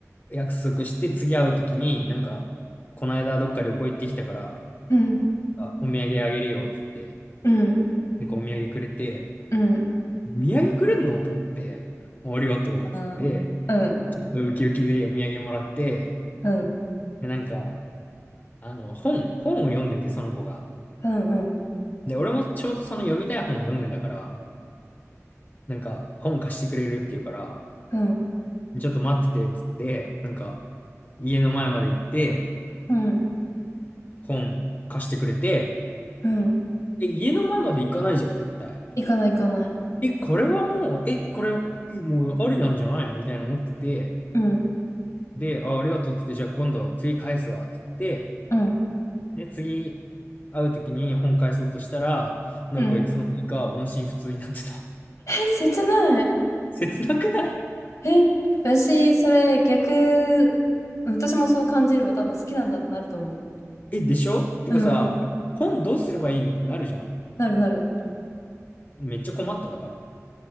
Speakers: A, on the left; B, on the left.
A: 約束して、次会うときに、なんか、この間どっか旅行行ってきたから、
B: うん、
A: あ、お土産あげるよ、つって、
B: うん、うん、
A: なんかお土産くれて、
B: うん。うん、
A: お土産くれんのと思って、ありがとう、
B: うん、
A: つって、
B: うん、
A: ちょっとウキウキでお土産もらって、
B: うん、
A: で、なんか、あの、本、本を読んでて、その子が。
B: うん、
A: で、俺もちょうどその読みたい本を読んでたから、なんか、本貸してくれるっていうから、
B: う
A: ちょっと待ってて、つって、なんか、家の前まで行って、
B: ん、
A: 本貸してくれて、
B: うん。
A: え、家の前まで行かないじゃん、絶対。
B: 行かない行かない。
A: え、これはもう、え、これ、えもうありなんじゃないのみたいな思ってて、
B: うん、
A: で、あ、ありがとうっつって、じゃあ今度、次返すわ、っつって、
B: うん、
A: で、次会うときに本返そうとしたら、なんかいつの間にか音信不通になってた。
B: うん。え、切ない。
A: <laughs> 切なくない
B: え、私、それ逆、私もそう感じれば多分好きなんだってなると思
A: え、でしょてかさ、
B: う。うん、
A: 本どうすればいいのってなるじゃん。
B: なるなる。
A: めっちゃ困っただから。